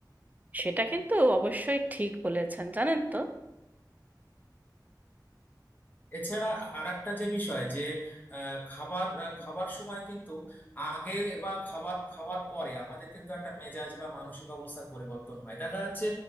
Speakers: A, on the right; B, on the left.
A: সেটা কিন্তু অবশ্যই ঠিক বলেছেন জানেন তো
B: এছাড়া আরেকটা যে বিষয় যে আহ, খাবার আহ, খাবার সময় কিন্তু আগে বা খাবার খাওয়ার পরে আমাদের কিন্তু একটা মেজাজ বা মানসিক অবস্থার পরিবর্তন হয় দেখা যাচ্ছে